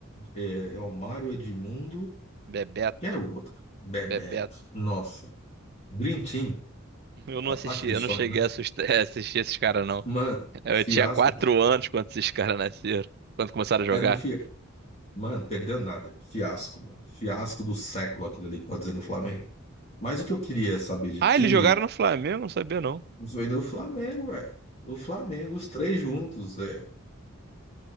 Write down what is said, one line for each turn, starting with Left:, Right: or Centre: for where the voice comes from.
Left: é, Romário Edmundo,
Right: Bebeto,
Left: quem era o outro? Bebeto,
Right: Bebeto.
Left: nossa. Dream Team,
Right: Eu não
Left: Ataque
Right: assisti,
Left: dos
Right: eu não
Left: Sonhos,
Right: cheguei
Left: né?
Right: a assust- <laughs> a assistir esses caras, não.
Left: Mano,
Right: Eu
Left: fiasco
Right: tinha quatro
Left: total.
Right: anos quando esses caras nasceram, quando começaram a jogar.
Left: Era um fiasco. Mano, perdeu nada. Fiasco, mano. Fiasco do século aquilo ali, pode dizer, do Flamengo. Mas o que eu queria saber de
Right: Ah,
Left: ti
Right: eles jogaram no Flamengo? Não sabia, não.
Left: foi no Flamengo, velho. No Flamengo, os três juntos. É.